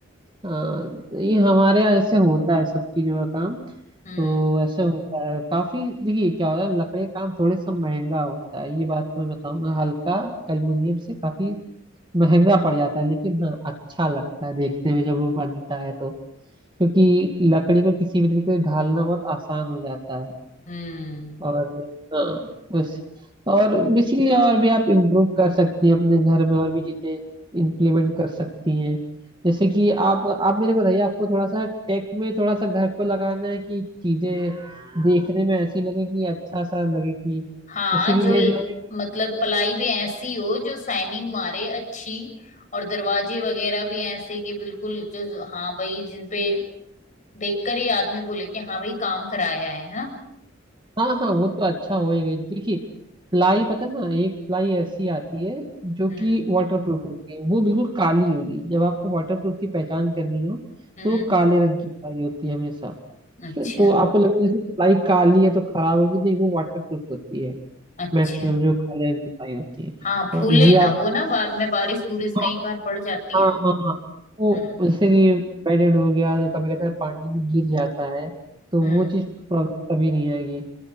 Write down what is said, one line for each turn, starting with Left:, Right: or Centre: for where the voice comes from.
Right: हाँ, तो ये हमारे यहाँ ऐसे होता है सब चीजों का काम
Left: हम्म
Right: तो ऐसे होता है काफी देखिए क्या होता है लकड़ी का काम थोड़े सा महंगा होता है ये बात तो मैं बताऊंगा हल्का एल्युमिनियम से काफी महंगा पड़ जाता है लेकिन हाँ अच्छा लगता है देखने में जब वो बनता है तो क्योंकि लकड़ी को किसी भी तरीके से ढालना बहुत आसान हो जाता है
Left: हम्म
Right: और हाँ बस और बेसिकली और भी आप इम्प्रूव कर सकती हैं अपने घर में और भी चीजें इंप्लीमेंट कर सकती हैं जैसे कि आप आप मेरे को बताइए आपको थोड़ा सा टेक में थोड़ा सा घर को लगाना है कि चीजें देखने में ऐसी लगे कि अच्छा सा लगे कि
Left: हाँ
Right: जैसे कि
Left: जो
Right: मेरे
Left: ल-
Right: यहाँ-
Left: मतलब पलाई भी ऐसी हो जो साइनिंग मारे अच्छी और दरवाजे वगैरह भी ऐसे कि बिल्कुल जो जो- हाँ भाई जिन पे देखकर ही आदमी बोले कि हाँ भाई काम कराया है है ना
Right: हाँ हाँ वो तो अच्छा होएगा ही। देखिए प्लाई पता ना एक प्लाई ऐसी आती है जो
Left: हम्म
Right: कि वाटर प्रूफ होती है वो बिल्कुल काली होगी जब आपको वाटर प्रूफ की पहचान करनी हो
Left: हम्म
Right: तो वो काले रंग की प्लाई होती है हमेशा
Left: अच्छा
Right: क्या तो आपको लगे जैसे प्लाई काली है तो खराब होगी नहीं वो वाटर प्रूफ होती है
Left: अच्छा
Right: मैक्सिमम जो काले रंग की प्लाई होती है
Left: हाँ फूले
Right: हाँ ये
Left: ना
Right: आप
Left: वो ना बाद में बारिश बुरिश कई
Right: हाँ
Left: बार पड़ जाती
Right: हाँ
Left: है
Right: हाँ हाँ। वो
Left: हम्म
Right: जैसे कि बेडेड हो गया तो कभी कभी पानी में गिर जाता है तो
Left: हम्म
Right: वो चीज प्रॉब्लम कभी नहीं आएगी